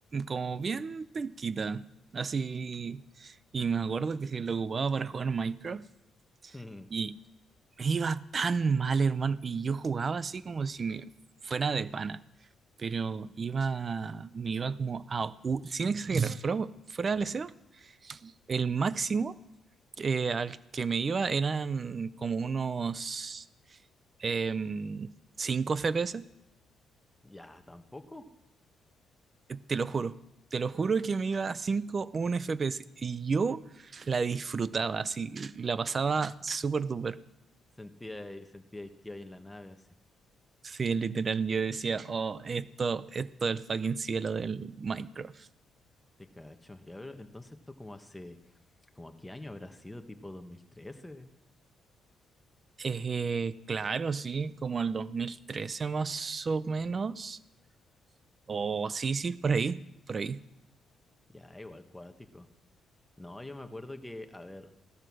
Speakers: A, on the right; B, in the centre.
A: como bien penquita, así. Y me acuerdo que se lo ocupaba para jugar Minecraft.
B: <laughs>
A: Y Me iba tan mal, hermano. Y yo jugaba así como si me fuera de pana. Pero iba, me iba como a, u- sin exagerar, fuera, fuera del deseo, el máximo eh, al que me iba eran como unos em, 5 FPS.
B: Ya, tampoco.
A: Eh, Te lo juro. Te lo juro que me iba a 5, 1 FPS. Y yo la disfrutaba así. La pasaba súper duper.
B: Sentía, sentía que iba en la nave así.
A: Sí, literal, yo decía, oh, esto, esto es el fucking cielo del Minecraft.
B: Te cacho. Ya, pero entonces esto como hace, como a qué año habrá sido, tipo 2013.
A: Eh, claro, sí, como el 2013 más o menos. O
B: Ujú.
A: sí, sí, por ahí, por ahí.
B: Ya, igual cuático. No, yo me acuerdo que, a ver,